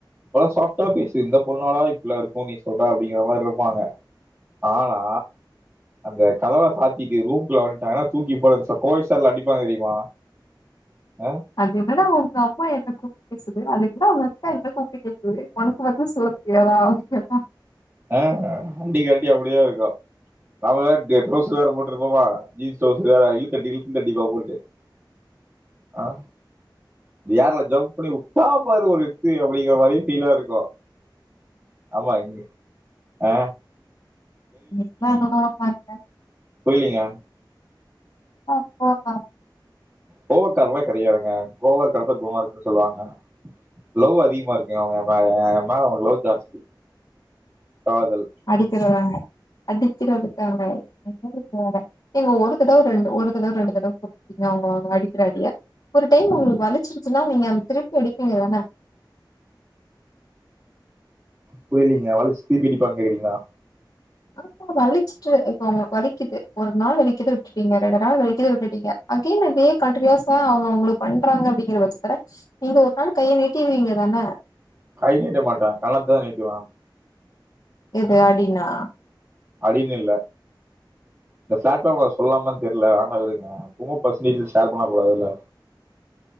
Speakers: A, on the right; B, on the left.
A: அவ்ளோ சாஃப்டா பேசுது இந்த பொண்ணாட இப்பல்ல இருக்கூ நீ சொல்ற அப்டிங்க மாரி இருப்பாங்க ஆனா அந்த கதவ சாத்திட்டு ரூம் குள்ள வந்ட்டாங்கன்னா தூக்கி போட்டு கோவைசர்ளா அடிப்பாங்க தெரியுமா ஆ
B: அது என்னடா உங்க அம்மா என்ன கூப்டு பேசுது அது என்னா ஊ அத்த என்ன கூப்டு கேக்குது உனக்கு வந்து சோ எவளாவது கேப்பா
A: ஆ காமெடி கேட்டியே அப்டி தா இருக்கூ நாம வேற ட்ரௌஸ் வேற போட்டுருப்போமா ஜீன்ஸ் ட்ரௌஸ் வேற இழுத்தடி இ தடிப்பா போட்டு ஆ ஏர்ல ஜம்ப் பண்ணி வுட்டா பாரு ஒரு எத்து அப்டிங்கிற மாரியே ஃபீலா இருக்கூ ஆமா இங்க அ
B: எல்லா அனுபவொ தாங்க
A: புரிலிங்க
B: ஆ போட்டா
A: கோவக்காரல்லா கெடையாதுங்க கோவருக்கற எடத்த குணொ இருக்குன்னு சொல்லுவாங்க லவ் அதிகமா இருக்குங்க அவுங்க எ மேல அவுங்க லவ் ஜாஸ்தி காதல்
B: அடிக்கிறதாங்க அடிக்கறதுக்காங்க என்ன வேற ஏங்க ஒரு தடவ ரெண்டு ஒரு தடவ ரெண்டு தடவ <unintelligible> அவுங்க அவுங்க அடிக்கிற அடிய ஒரு டைம் உங்களுக்கு வலிச்சிருச்சுன்னா நீங்க அந்த திருப்பி அடிப்பீங்க தான
A: புரியலீங்க வழிச்சு திருப்பியடிப்பான் கேங்குறீங்களா
B: ஆமா வலிச்சிட்டு இப்போ அவுங்க வலிக்குது ஒரு நாள் வலிக்குது விட்டுட்டீங்க ரெண்டு நாள் வலிக்குது விட்டுட்டீங்க அகேன் அப்டியே கண்டியூஸ்ஸா அவுங்க உங்களுக்கு பண்றாங்க அப்டிங்கிற பட்சத்தல நீங்க ஒரு நாள் கைய நீட்டிரிவிங்க தான
A: கை நீட்ட மாட்ட கண்ணத்த தா நீட்டுவ
B: எது அடின்னா
A: அடின்னு இல்ல இந்த ஃபிளாட்ட ம சொல்லாமான் தெர்ல வேணா விடுங்க அ எப்பொமே பரஸ்னல் டீட்டெல்ஸ் ஷேர் பண்ண கூடாதுல்ல